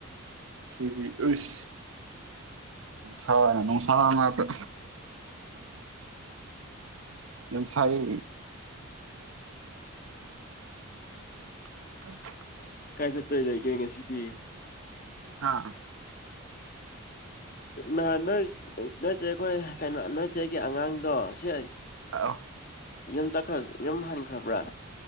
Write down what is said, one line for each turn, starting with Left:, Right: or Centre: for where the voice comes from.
Right: ꯁꯤꯗꯤ ꯎꯁ ꯅꯨꯡꯁꯥꯅ ꯅꯨꯡꯁꯥ ꯉꯥꯛꯇ ꯌꯥꯝꯁꯥꯏ <unintelligible>
Left: ꯀꯥꯏ ꯆꯠꯇꯣꯏ ꯂꯩꯒꯦ ꯉꯁꯤꯗꯤ
Right: ꯑꯥ
Left: ꯅꯍꯥꯟ ꯅꯣꯏ ꯅꯣꯏꯆꯦ ꯑꯩꯈꯣꯏ ꯀꯩꯅꯣ ꯅꯣꯏꯆꯦ ꯑꯩꯒꯤ ꯑꯉꯥꯡꯗꯣ ꯁꯤ
Right: <unintelligible>
Left: ꯌꯨꯝ ꯆꯠꯈ꯭ꯔ ꯌꯨꯝ ꯍꯟꯈ꯭ꯔꯕ꯭ꯔꯥ